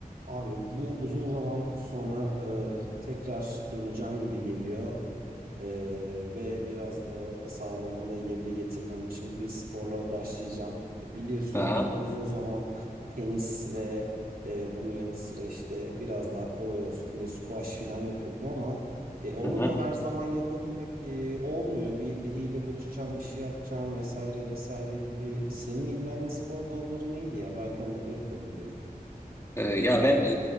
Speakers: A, on the right; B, on the left.
A: Abi bu uzun zaman sonra e, tekrar döneceğim gibi geliyor E, ve biraz da sağlığımı da yerine getirmem için bir sporla başlayacağım. E, Biliyorsun
B: Aha,
A: uzun zaman tenis ve e, bunun yanı sıra işte biraz daha kolay olsun diye squash falan yapıyordum ama e, onu
B: hı hı.
A: da her zaman yapabilmek e, olmuyor. Bir biriyle buluşacağım, bir şey yapacağım vesaire vesaire gibi. Senin ilgilendiğin spor dalları neydi ya? Belki onları yaparım diyorum.
B: Ee, ya ben e,